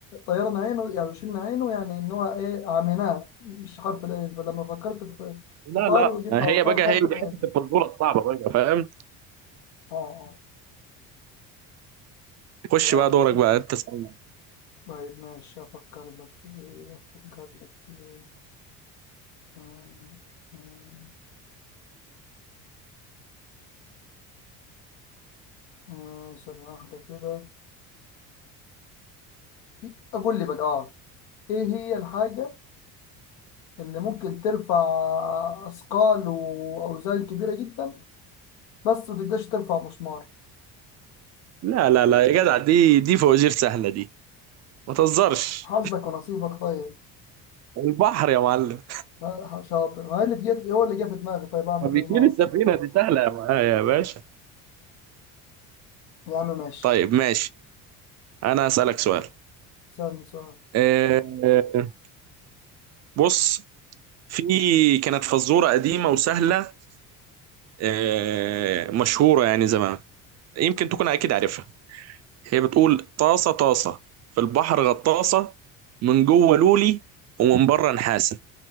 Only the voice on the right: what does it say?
لا
لا
هي بقى
هي دي
حته الفزوره الصعبه بقى فاهم؟
خش
بقى دورك بقى انت اسألني
لا لا لا يا جدع دي دي فوازير سهله دي ما تهزرش
البحر يا معلم
ما بيشيل
السفينة دي سهلة يا معايا يا باشا
طيب ماشي انا هسألك سؤال
آه، بص في كانت فزورة قديمة وسهلة آه، مشهورة يعني زمان يمكن تكون أكيد عارفها هي بتقول طاسة طاسة في البحر غطاسة من جوه لولي ومن بره نحاسة